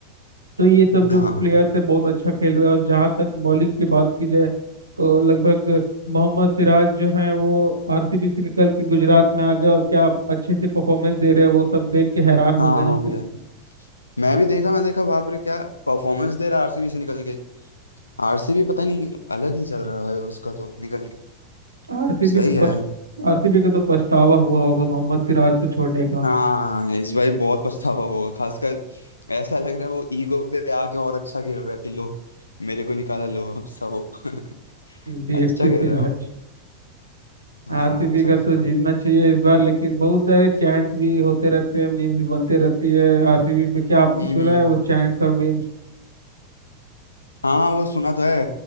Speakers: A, on the right; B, on the left.
A: तो ये सब जो
B: हाँ हाँ
A: प्लेयर थे बहुत अच्छा खेल रहे हैं और जहाँ तक बॉलिंग की बात की जाए तो लगभग मोहम्मद सिराज जो है वो आरसीबी से निकल के गुजरात में आ गए और क्या अच्छे से परफॉर्मेंस दे रहे हैं वो सब देख के हैरान
B: हाँ,
A: हो गए हैं
B: वो
A: उनके
B: भी
A: परफॉर्मेंस।
B: है मैं भी देखा मैं देखा बाप रे क्या परफॉर्मेंस दे रहा है आरसीबी से निकल के आरसीबी पता नहीं अलग ही चल रहा है भाई उसका तो निकल के
A: आरसीबी
B: सही
A: तो
B: है
A: बस आरसीबी का तो पछतावा हुआ होगा मोहम्मद सिराज को छोड़ने का
B: हाँ इस भाई बहुत पछतावा होगा खासकर ऐसा लग रहा है वो ईगो पे आके और अच्छा खेल रहा है कि लो मेरे को निकाला लो अब सहो <laughs>
A: डीएसपी
B: अच्छा
A: सिराज
B: खेल रहा हो हाँ
A: आरसीबी
B: अच्छा
A: का
B: खेल
A: तो
B: रहा
A: जीतना
B: है
A: चाहिए इस बार लेकिन बहुत सारे चैंट्स भी होते रहते हैं मीम्स भी बनते रहती है आरसीबी पे क्या आपने
B: हम्म हम्म
A: सुना है
B: हम्म।
A: वो चैंट्स और मीम्स
B: हाँ वो सुना तो है